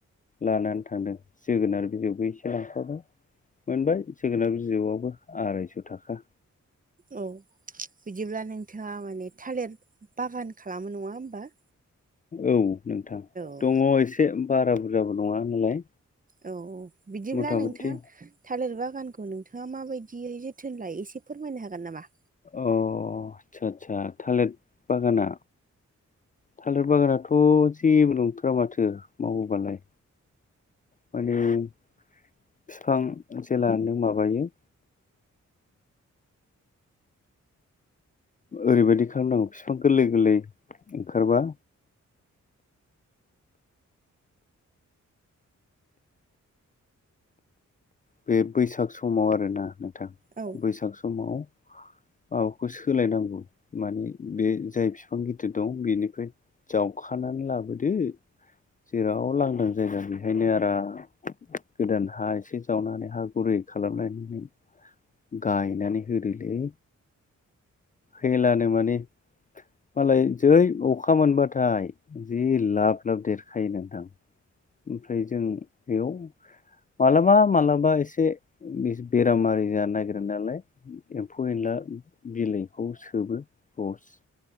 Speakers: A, on the left; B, on the right.
A: लानानै थांदों जोगोनार बिजौबो एसे लांफाबाय मोनबाय जोगोनार बिजौआबो आरायस' थाखा
B: औ बिदिब्ला नोंथाङा माने थालिर बागान खालामो नङा होमबा
A: औ नोंथां
B: औ
A: दङ एसे बारा बुरजाबो नङा नालाय
B: औ औ बिदिब्ला
A: मथा
B: नोंथां
A: मथि
B: थालिर बागानखौ नोंथाङा माबायदियै जोथोन लायो एसे फोरमायनो हागोन नामा
A: अ आदसा आदसा थालिर बागाना थालिर बागानाथ' जेबो नंथारा माथो मावोबालाय माने बिफां जेेल नो माबायो ओरैबायदि खामनांग बिफां गोरलै गोरलै आओंखारबा बे बैसाग समाव आरोना नोंथां
B: औ
A: बैसाग समाव माबाखौ सोलायनांगौ माने बे जाय बिफां गिदिर दं बिनिफ्राय जावखानानै लाबोदो जेराव लांदां जायगा बेहायनो आराम गोदान हा एसे जावनानै हा गुरै खालामनायनि गायनानै होदोलै हेलानो माने मालाय जेरै अखा मोनबाथाय जि लाब लाब देरखायो नोंथां ओमफ्राय जों बेयाव माबलाबा मालाबा एसे बेरामारि जानो नागिरो नालाय एम्फौ एनला बिलाइखौ सोबो रस